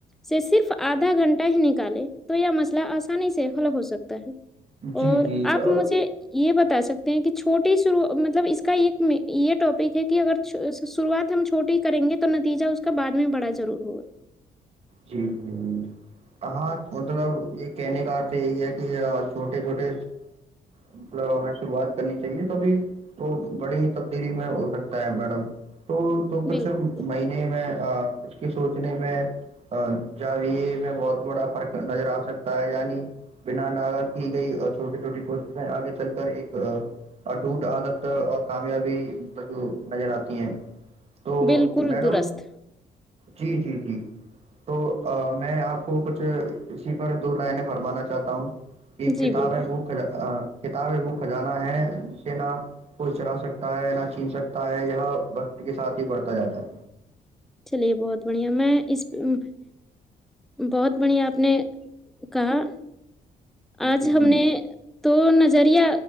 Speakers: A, in the centre; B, on the right (about 40°).
A: سے صرف آدھا گھنٹہ ہی نکالے تو یہ مسئلہ آسانی سے حل ہو سکتا ہے
B: جی
A: اور
B: جی
A: آپ مجھے یہ بتا کہ چھوٹیو مطلب اس کا ایک یہ ٹاپک ہے کہ اگر شروعات ہم چھوٹیے ہی کریں گے تو نتیجہ اس کا بعد میں بڑا ضرور ہوا
B: جی جی ج ہاں مطلب یہ کہنے کا ارھ یہی ہے کہ چھوٹے چھوٹے مطلب ہمیں شروعات کرنی چاہیے تبھی تو بڑی ہی تبدیلی میں ہو سکتا ہے میڈم تو تو کچھ
A: بالکل
B: مہینے میں اس کے سوچنے میں جاوے میں بہت بڑا فرق نظر آ سکتا ہے یعنی بنا ن کی گئی چھوٹی چھوٹی کوششیں آگے چل کر ایک اٹوٹ عادت اور کامیابی جو نظر آتی ہے تو
A: بالکل
B: میڈم
A: درست
B: جی جی جی تو میں آپ کو کچھ اسی پر دو لائن فرمانا چاہتا ہوں ایک
A: جی
B: کتاب
A: بالکل
B: ہے وہ کتاب ایک کو خجانہ ہے جسے نہ کوئی چرا سکتا ہے نہ چن سکتا ہے یہ وقت کے ساتھ ہی بڑھتا جاتا ہے
A: چلیے بہت بڑھیا میں اس بہت بڑھیا آپ نے کہا آج
B: جی
A: ہم
B: جی
A: نے تو نظریہ